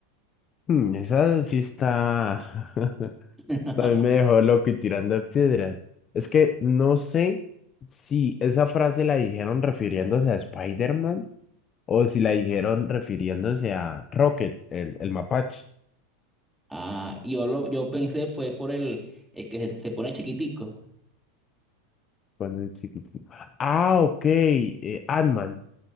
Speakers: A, on the left; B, in the centre.
A: Hmm, esa sí está. <laughs>
B: <laughs>
A: También me dejó loco y tirando piedras. Es que no sé si esa frase la dijeron refiriéndose a Spider-Man o si la dijeron refiriéndose a Rocket, el, el mapache.
B: Ah, yo lo, yo pensé fue por el, el que se, se pone chiquitico.
A: con el chico. Ah, ok, eh, Ant-Man.